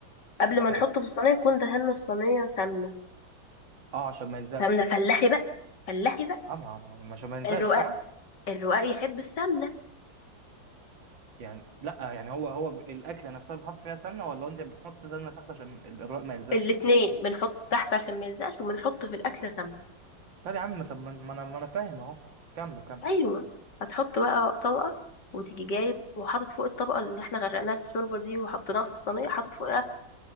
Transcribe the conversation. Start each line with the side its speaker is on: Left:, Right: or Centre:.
Left: قبل ما
Right: حلو
Left: نحطه في الصينية يكون دهنا الصينية سمنة
Right: اه عشان ما يلزقش
Left: سمنة فلاحي بقى فلاحي بقى
Right: طبعا مش ما ينزلش
Left: الرقاق
Right: صح؟
Left: الرقاق يحب السمنة
Right: يعني لا يعني هو هو الاكله نفسها بتحط فيها سمنه ولا انت بتحط سمنه تحت عشان الرق ما يلزقش؟
Left: الاتنين بنحط تحت عشان ما يلزقش وبنحط في الأكل سمنة
Right: طب يا عم طب ما ما انا ما انا فاهم اهو كمل كمل
Left: ايوه هتحط بقى طبقه وتيجي جايب وحاطط فوق الطبقه اللي احنا غرقناها في الشوربه دي وحطيناها في الصينيه حاطط فوقها